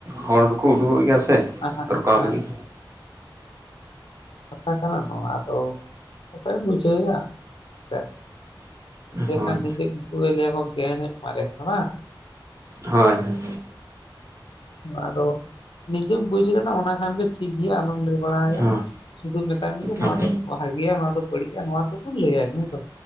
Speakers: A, on the right; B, on the left.
A: ᱦᱚᱲ ᱫᱚᱠᱚ ᱩᱰᱩᱠᱚᱜ ᱜᱮᱭᱟ ᱥᱮ
B: ᱟᱦᱟᱜ
A: ᱨᱚᱠᱟᱣ
B: ᱦᱮᱸ
A: ᱞᱟᱹᱜᱤᱫ
B: ᱠᱟᱛᱷᱟ ᱠᱟᱱᱟ ᱱᱚᱣᱟ ᱟᱫᱚ ᱚᱠᱚᱭᱮᱢ ᱵᱩᱡᱷᱟᱹᱣ ᱮᱭᱟ ᱥᱮ ᱮᱱᱟᱠᱷᱟᱱ
A: ᱦᱳᱭ
B: ᱱᱤᱡᱮ ᱱᱩᱠᱩ ᱜᱮ ᱞᱟ. ᱭ ᱟᱠᱚ ᱜᱮᱭᱟᱭ ᱱᱷᱟᱜ ᱢᱟᱨᱮᱱ ᱠᱟᱱᱟ ᱵᱟᱝ
A: ᱦᱳᱭ ᱦᱳᱭ
B: ᱟᱫᱚ ᱱᱤᱡᱮᱢ ᱵᱩᱡ ᱠᱟᱫᱟ ᱚᱱᱟ ᱠᱷᱟᱱ ᱜᱮ ᱴᱷᱤᱠ ᱜᱮᱭᱟ ᱟᱞᱚᱢ ᱞᱟ. ᱭ ᱵᱟᱲᱟ ᱟᱭᱟ
A: ᱦᱳᱭ
B: ᱥᱩᱫᱩ ᱢᱮᱛᱟᱭ ᱢᱮ ᱡᱮ ᱱᱚᱣᱟ
A: ᱦᱳᱭ
B: ᱫᱚ ᱵᱷᱟᱜᱤᱭᱟ ᱱᱚᱣᱟ ᱫᱚ ᱵᱟᱹᱲᱤᱡᱼᱟ ᱱᱚᱣᱟ ᱫᱚ ᱴᱩᱠᱩᱱ ᱞᱟᱹᱭ ᱟᱭ ᱢᱮ ᱦᱮ ᱛᱚ